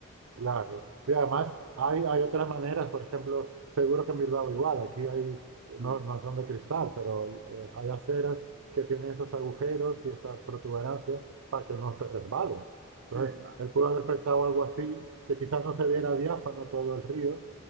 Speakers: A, on the right; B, on the right.
A: Claro. Y además hay, hay otras maneras, por ejemplo, seguro que en Bilbao igual, aquí hay,
B: <laughs>
A: no, no son de cristal, pero eh, hay aceras que tienen esos agujeros y esas protuberancias para que no te resbales. Entonces,
B: Sí, va.
A: él pudo haber pensado algo así, que quizás no se viera diáfano todo el río,